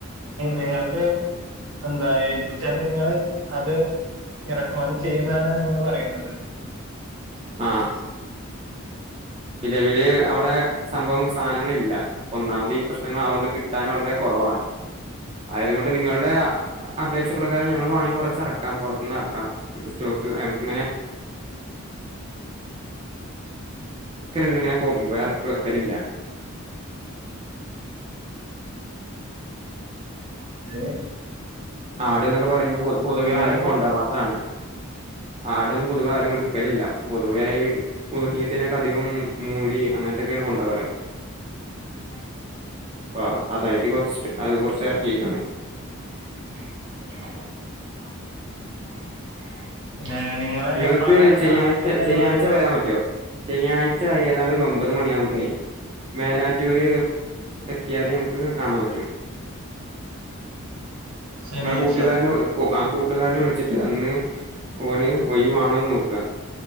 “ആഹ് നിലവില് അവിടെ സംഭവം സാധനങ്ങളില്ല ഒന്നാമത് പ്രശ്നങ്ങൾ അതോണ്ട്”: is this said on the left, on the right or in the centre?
Right